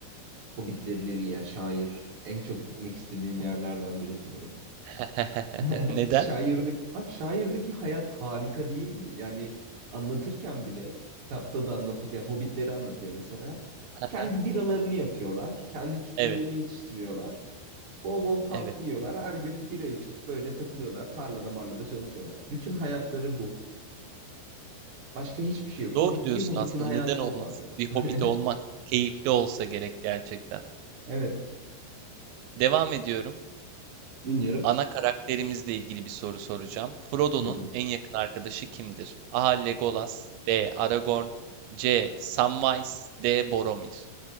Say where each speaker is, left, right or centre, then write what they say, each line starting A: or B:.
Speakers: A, on the right (about 40°); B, on the right (about 85°).
A: Hobbitlerin evi ya şair. En çok gitmek istediğim yerlerden biri sanırım.
B: <laughs>
A: <laughs>
B: Neden?
A: Şairdeki, abi şairdeki hayat harika değil mi? Yani anlatırken bile, kitapta da anlatırken Hobbitleri anlatıyor mesela.
B: <laughs>
A: Kendi biralarını yapıyorlar. Kendi tütünlerini
B: Evet,
A: yetiştiriyorlar. Bol bol tatlı
B: evet.
A: yiyorlar. Her gün bira içip böyle takılıyorlar. Tarlada marlada çalışıyorlar. Bütün hayatları bu. Başka hiçbir şey yok.
B: Doğru
A: Hobbit,
B: diyorsun
A: bir Hobbit'in
B: aslında.
A: hayatı
B: Neden olmasın?
A: bu abi.
B: Bir
A: <laughs>
B: hobbit olmak keyifli olsa gerek gerçekten.
A: Evet,
B: Devam ediyorum.
A: dinliyorum.
B: Ana karakterimizle ilgili bir soru soracağım. Frodo'nun
A: Hı hı.
B: en yakın arkadaşı kimdir? A. Legolas, B. Aragorn, C. Samwise, D. Boromir.